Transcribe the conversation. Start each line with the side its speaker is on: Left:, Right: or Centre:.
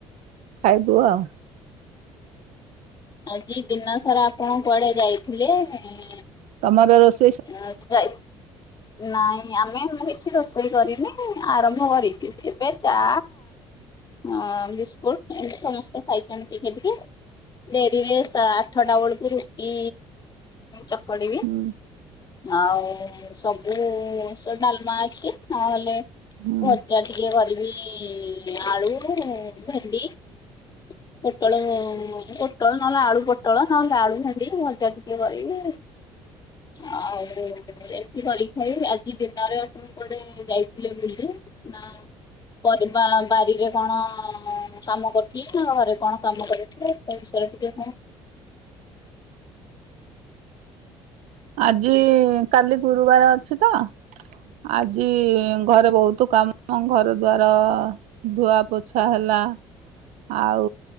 Right: ଖାଇବୁ ଆଉ।
Left: ଆଜି ଦିନ ସାରା ଆପଣ କୁଆଡେ ଯାଇଥିଲେ। ଏ
Right: ତମର ରୋଶ୍
Left: ଆ ଯାଇ ନାଇଁ ଆମେ ମୁଁ କିଛି ରୋଷେଇ କରିନି ଆରମ୍ଭ କରିବି। ଏବେ ଚା ହ ବିସ୍କୁଟ ଏମିତି ସମସ୍ତେ ଖାଇଛନ୍ତି ଟିକେ ଟିକେ। ଡେରିଲେ ଶା ଆଠଟା ବେଳକୁ ରୁଟି ଚକଡିବି।
Right: ହୁଁ।
Left: ଆଉ ସବୁ ସ ଡାଲମା ଅଛି ନହେଲେ
Right: ହୁଁ
Left: ଭଜା ଟିକେ କରିବି ଆଳୁ ଭେଣ୍ଡି। ପୋଟଳ ପୋଟଳ ନହେଲେ, ଆଳୁ ପୋଟଳ ନହେଲେ ଆଳୁ ଭେଣ୍ଡି ଭଜା ଟିକେ କରିବି। ଆଉ ଏମିତି କରି ଖାଇ ଆଜି ଦିନରେ ଆପଣ କୁଆଡେ ଯାଇଥିଲେ ବୁଲି। ନା। ଘର ବାରିରେ କଣ କାମ କରୁଥିଲେ, ନା ଘରେ କଣ କାମ କରିଥିଲେ। <unintelligible>
Right: ଆଜି କାଲି ଗୁରୁବାର ଅଛି ତ ଆଜି ଘରେ ବହୁତ କାମ। ମ ଘର ଦ୍ୱାର ଧୁଆ ପୋଛା ହେଲା। ଆଉ